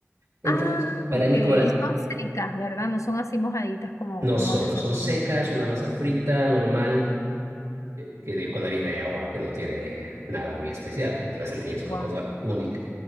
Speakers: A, on the right; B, on the left.
A: Entonces,
B: Ah,
A: para
B: ok.
A: mí,
B: Y
A: como la-
B: son secas, ¿verdad? No son así mojaditas como,
A: no
B: como
A: son,
B: las sartenes.
A: son secas, una masa frita, normal. que de, con harina y agua, que no tiene nada muy especial. La salteña es
B: Guau.
A: una cosa única.